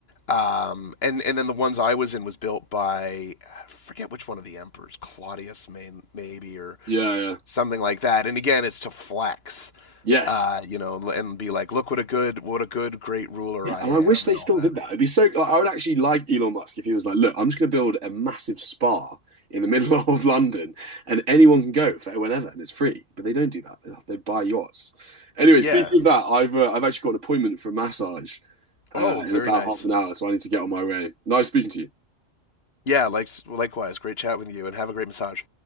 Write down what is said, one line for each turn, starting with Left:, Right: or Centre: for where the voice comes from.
Left: Um, and and then the ones I was in was built by I forget which one of the emperors, Claudius may, maybe or
Right: Yeah, yeah.
Left: something like that. And again, it's to flex,
Right: Yes.
Left: uh, you know, and be like, look what a good what a good great ruler
Right: Yeah,
Left: I
Right: and
Left: am,
Right: I wish they
Left: and
Right: still
Left: all that.
Right: did that. It'd be so like, I would actually like Elon Musk if he was like, look, I'm just gonna build a massive spa in the middle <laughs> of London and anyone can go for whenever and it's free. But they don't do that. They they buy yachts. Anyway,
Left: Yeah.
Right: speaking of that, I've uh, I've actually got an appointment for a massage uh,
Left: Oh, very
Right: in about
Left: nice.
Right: half an hour, so I need to get on my way. Nice speaking to you.
Left: Yeah. Like likewise, great chat with you, and have a great massage.